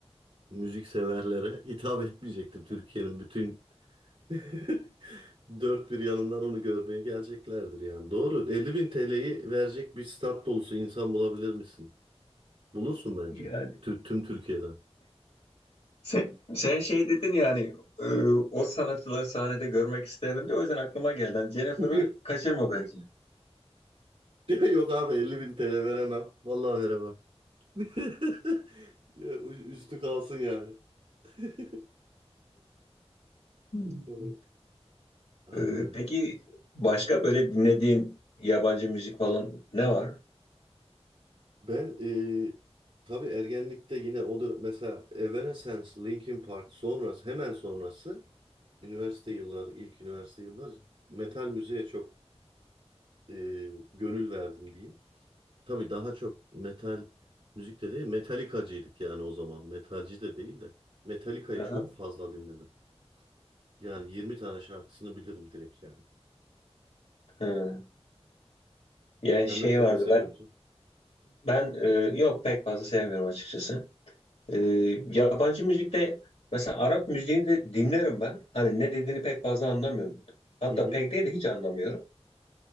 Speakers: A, on the right (about 60°); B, on the left (about 80°).
A: müzik severlere <laughs> hitap etmeyecektir. Türkiye'nin bütün <laughs> dört bir yanından onu görmeye geleceklerdir yani. Doğru. Elli bin TL'yi verecek bir stat dolusu insan bulabilir misin? Bulursun bence.
B: Yani
A: Tü- tüm Türkiye'den.
B: sen, sen şey dedin yani e, o sanatçıları sahnede görmek isterdim diye o yüzden aklıma geldi. Yani Jennifer'ı
A: <laughs>
B: kaçırma bence.
A: Diyor, Yok abi elli bin TL veremem. Vallahi veremem. <laughs> Ya, ü- Üstü kalsın yani. <laughs>
B: Hmm.
A: Doğru. Ay,
B: Ee,
A: ay.
B: peki başka böyle dinlediğin yabancı müzik falan ne var?
A: Ben e, tabii ergenlikte yine o dönem mesela Evanescence, Linkin Park sonrası hemen sonrası üniversite yılları ilk üniversite yılları metal müziğe çok e, gönül verdim diyeyim. Tabii daha çok metal müzik de değil metalikacıydık yani o zaman metalci de değil de Metallica'yı
B: Hı
A: çok
B: hı.
A: fazla dinledim. Yani 20 tane şarkısını bilirim direkt yani.
B: Hı. Yani
A: Sen
B: şey
A: Metallica
B: vardı
A: seviyor
B: ben
A: musun?
B: ben e, yok pek fazla sevmiyorum açıkçası. Ee, yabancı müzikte mesela Arap müziğini de dinlerim ben. Hani ne dediğini pek fazla anlamıyorum. Hatta
A: Hı hı.
B: pek değil de hiç anlamıyorum.